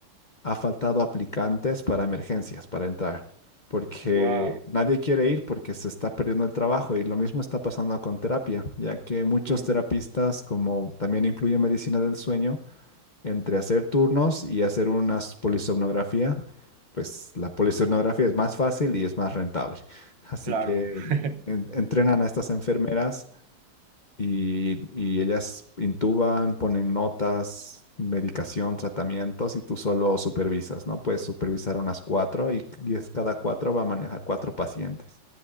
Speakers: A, on the left; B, on the right.
A: ha faltado aplicantes para emergencias, para entrar, porque
B: Wow.
A: nadie quiere ir porque se está perdiendo el trabajo y lo mismo está pasando con terapia, ya que muchos
B: Ujú,
A: terapistas, como también incluye medicina del sueño, entre hacer turnos y hacer una polisomnografía, pues la polisomnografía es más fácil y es más rentable. Así
B: Claro.
A: que
B: <laughs>
A: en- entrenan a estas enfermeras y, y ellas intuban, ponen notas, medicación, tratamientos y tú solo supervisas, ¿no? Puedes supervisar unas cuatro y, y es cada cuatro va a manejar cuatro pacientes.